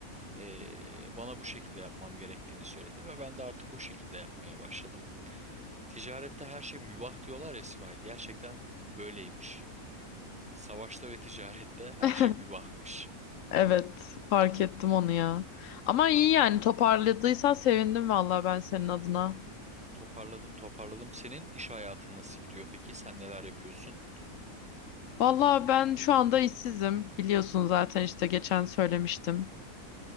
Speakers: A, in the centre; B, on the left.
A: Ee, bana bu şekilde yapmam gerektiğini söyledi ve ben de artık o şekilde yapmaya başladım. Ticarette her şey mübah diyorlar ya Simay. Gerçekten böyleymiş. Savaşta ve ticarette her
B: <laughs>
A: şey mübahmış.
B: Evet, fark ettim onu ya. Ama iyi yani toparladıysan sevindim vallahi ben senin adına.
A: Toparladım, toparladım. Senin iş hayatın nasıl gidiyor peki? Sen neler yapıyorsun?
B: Vallahi ben şu anda işsizim. Biliyorsun zaten işte geçen söylemiştim.